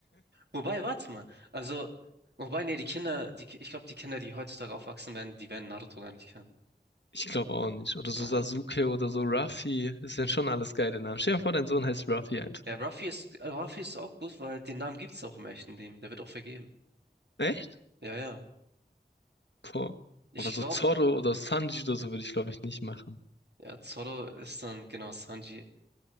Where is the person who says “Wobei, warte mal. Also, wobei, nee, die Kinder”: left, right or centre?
Right